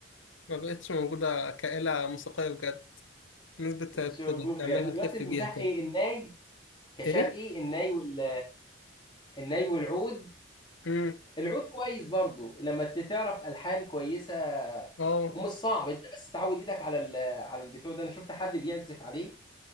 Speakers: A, on the left; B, on the left.
A: ما بقتش موجودة كآلة موسيقية بجد الناس بت-
B: <laughs>
A: بت-
B: مش موجوده
A: بتعملها
B: يعني دلوقتي
A: تلف
B: المتاح
A: بيها كده
B: ايه الناي كشرقي
A: ايه
B: الناي وال الناي والعود
A: امم
B: العود كويس برضو لما ت- تعرف الحان كويسه
A: اه
B: ومش صعب انت بس تعود ايدك على ال... على البتوع ده انا شفت حد بيعزف عليه